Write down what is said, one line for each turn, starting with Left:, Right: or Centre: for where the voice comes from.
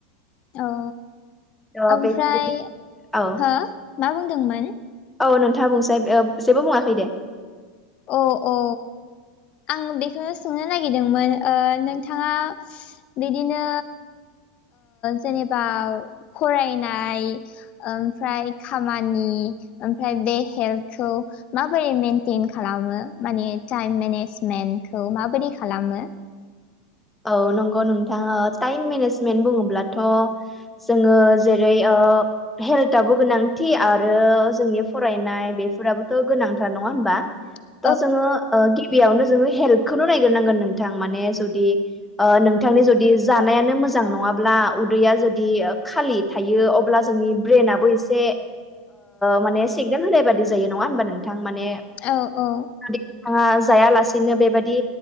Left: औ
Centre: औ
Left: ओमफ्राय
Centre: बे औ
Left: हो मा बुंदोंमोन
Centre: औ नोंथा बुंसै जेबो बुङाखै दे
Left: औ औ आं बेखौनो सोंनो नागिरदोंमोन नोंथाङा बिदिनो जेनेबा फरायनाय ओमफ्राय खामानि ओमफ्राय बे हेल्थखौ माबोरै मेनटेन खालामो माने टाइम मेनेजमेन्टखौ माबायदि खालामो
Centre: औ नंगौ नोंथां टाइम मेनेजमेन्ट बुङोब्लाथ' जोङो जेरै ओ हेल्थाबो गोनांथि आरो जोंनि फरायनाय बेफोराबोथ' गोनांथार नङा होमबा
Left: <inaudible>
Centre: थ' जोङो गिबियावनो जोङो हेल्थखौनो नायग्रोनांगोन नोंथां माने जुदि नोंथांनि जुदि जानायानो मोजां नङाब्ला उदैया जुदि खालि थायो अब्ला जोंनि ब्रेनाबो एसे माने सिगनेल होनाय बादि जायो नङा होमबा नोंथां माने
Left: औ औ
Centre: <unintelligible> जायालासेनो बेबायदि